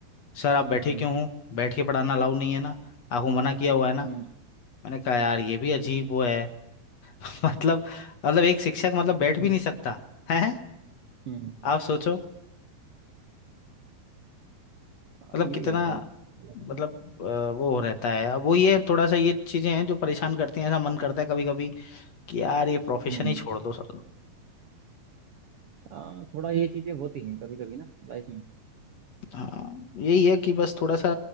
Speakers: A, on the left (about 55°); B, on the right (about 65°).
A: सर आप बैठे
B: हम्म।
A: क्यों
B: हम्म।
A: हो बैठ के पढ़ाना अलाउ नहीं है ना आपको मना किया हुआ है ना
B: हम्म
A: मैंने कहा यार ये भी अजीब वो है <laughs> मतलब मतलब एक शिक्षक मतलब बैठ
B: हम्म
A: भी नहीं सकता है
B: हम्म,
A: आप सोचो
B: आ,
A: मतलब
B: यही
A: कितना
B: है सर थोड़ा सा ना
A: मतलब अ, वो रहता है अब वो ये थोड़ा सा ये चीजें हैं जो परेशान करती हैं ऐसा मन करता है कभी कभी कि यार ये प्रोफेशन
B: हम्म,
A: ही छोड़ दो सर
B: आ, थोड़ा ये चीज़ें होती हैं कभी कभी ना लाइफ में
A: हाँ यही है कि बस थोड़ा सा